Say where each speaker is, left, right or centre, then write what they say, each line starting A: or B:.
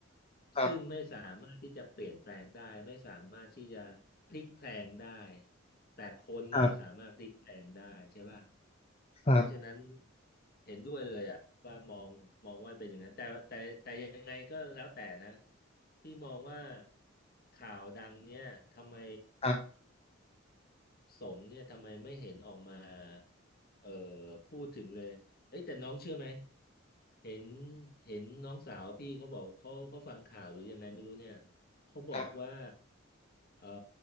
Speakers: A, on the left; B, on the left.
A: ครับ
B: ซึ่งไม่สามารถที่จะเปลี่ยนแปลงได้ไม่สามารถที่จะพลิกแพลงได้แต่คนเนี่ยสามารถพลิกแพลงได้ใช่ป่ะ
A: ครับครับ
B: เพราะฉะนั้นเห็นด้วยเลยอ่ะว่ามองมองว่าเป็นอย่างนั้นแต่แต่แต่ยังไงก็แล้วแต่นะพี่มองว่าข่าวดังเนี่ยทำไม
A: ครับ
B: สงฆ์เนี่ยทำไมไม่เห็นออกมาเอ่อพูดถึงเลยเอ้ยแต่น้องเชื่อไหมเห็นเห็นน้องสาวพี่เขาบอกเขาเขาฟังข่าวหรือยังไงไม่รู้เนี่ยเขาบอกว่า
A: ครับ
B: เอ่